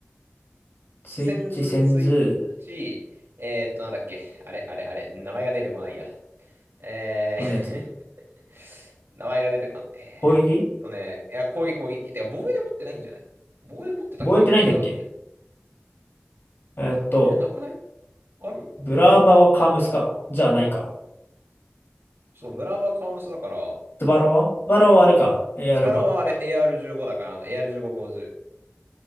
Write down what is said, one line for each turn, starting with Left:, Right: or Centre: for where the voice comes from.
Left: スイッチ、
Right: センズ、
Left: センズ、
Right: ツイッチ、えーっと、なんだっけ。あれ、あれ、あれ、名前が出てこないや。えー
Left: どんなやつ
Right: <laughs> 名前が出てこない。えーっとね、
Left: 攻撃
Right: いや、攻撃、攻撃。てか、防衛で持ってないんじゃない防衛で持ってたっけ
Left: 防衛ってないんだっけ
Right: ?417 って。
Left: えーっと、
Right: 防衛なくないある
Left: ブラーバはカームスか。じゃあないか。
Right: そう、ブラーバカームスだから、
Left: スバロンはスバロンはあれか。えー、
Right: スバロはあれ
Left: あるか。
Right: AR15 だから、あの AR1550。